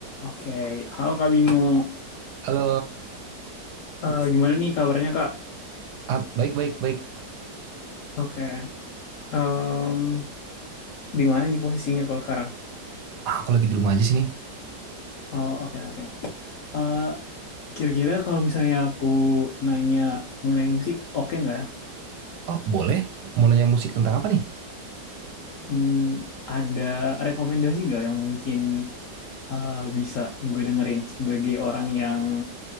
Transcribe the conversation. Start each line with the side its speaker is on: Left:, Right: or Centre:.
Left: Oke, Halo Kak Bimo.
Right: Halo,
Left: Eh, gimana nih kabarnya Kak?
Right: ah, baik, baik, baik.
Left: Oke, Em, di mana nih posisinya kalau sekarang?
Right: Ah, aku lagi di rumah aja sini.
Left: Oh oke oke. Eh, kira-kira kalau misalnya aku nanya mengenai musik, oke nggak ya?
Right: Oh, boleh? Mau nanya musik tentang apa nih?
Left: Hmm, ada rekomendasi nggak yang mungkin eh, bisa gue dengerin sebagai orang yang